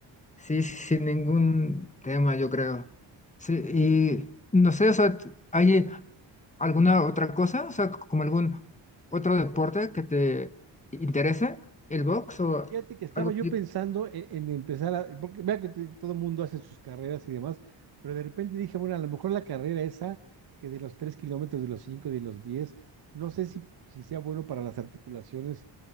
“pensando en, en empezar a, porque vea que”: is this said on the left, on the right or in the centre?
Right